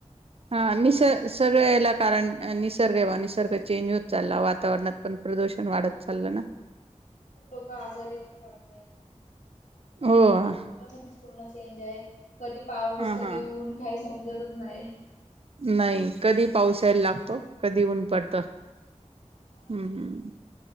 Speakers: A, on the right (about 50°); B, on the left (about 80°).
A: हां निसर्ग सगळं यांला कारणं निसर्ग आहे बघां निसर्गय चेंज होतं
B: काय
A: चाललां वातांवरणांत पणं प्रदूंषण वाढतं चाललं नां
B: लोकं आजांरी पणं पडतायेत नां
A: हो हा
B: वातांवरण पूर्ण चेंज आहे कधीं पाऊस कधीं
A: हा.
B: ऊंन कांहीं समजतंच नाहीं
A: नाहीं कधीं पाऊस यांयला लागतो कधीं ऊंन पडतं
B: हा
A: हम्मं
B: ना
A: हम्मं